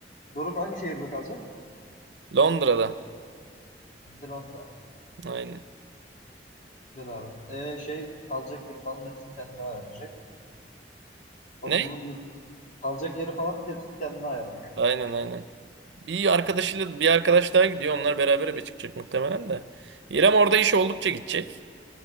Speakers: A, on the left; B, on the right.
A: Doruk hangi şehirde kalacak?
B: Londra'da.
A: Bir de Londra.
B: Aynen.
A: Güzel abi. E şey kalacak yeri falan hepsini kendi ayarlayacak. Okulun
B: Ne?
A: yurt, kalacak yeri falan hepsini kendi ayarlayacak.
B: Aynen aynen. Bir arkadaşıyla bir arkadaş daha gidiyor. Onlar beraber eve çıkacak muhtemelen de. İrem orada iş oldukça gidecek.